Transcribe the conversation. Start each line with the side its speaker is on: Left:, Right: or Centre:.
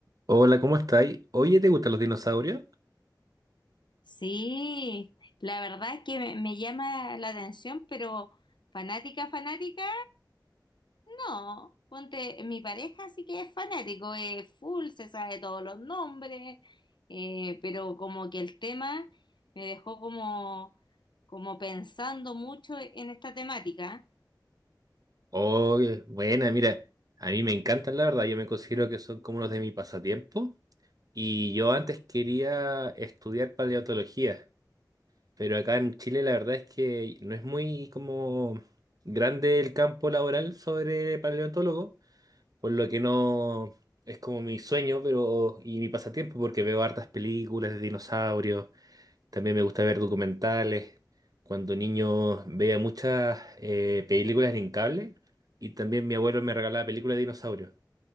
Right: Hola, ¿cómo estáis? Oye, ¿te gustan los dinosaurios?
Left: Sí, la verdad es que me, me llama la atención, pero fanática, fanática, no. Ponte, mi pareja sí que es fanático, es full, se sabe todos los nombres, eh, pero como que el tema me dejó como, como pensando mucho en esta temática.
Right: Oye, buena, mira, a mí me encantan, la verdad, yo me considero que son como unos de mi pasatiempo y yo antes quería estudiar paleontología, pero acá en Chile la verdad es que no es muy como grande el campo laboral sobre paleontólogo, por lo que no es como mi sueño, pero y mi pasatiempo porque veo hartas películas de dinosaurios También me gusta ver documentales. Cuando niño veía muchas eh, películas en cable y también mi abuelo me regalaba películas de dinosaurios.